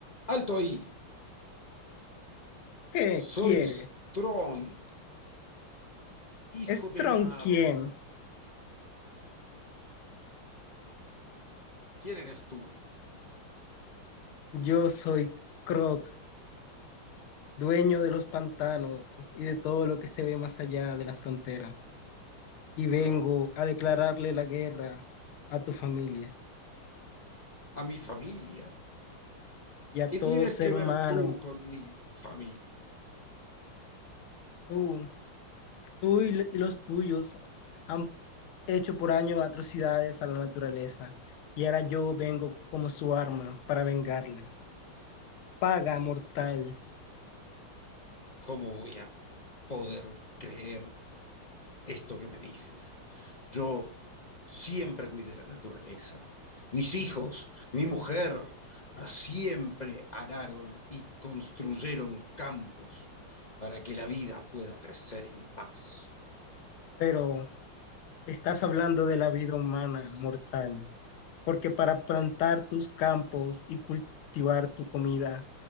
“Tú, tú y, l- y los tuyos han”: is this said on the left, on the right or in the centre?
Left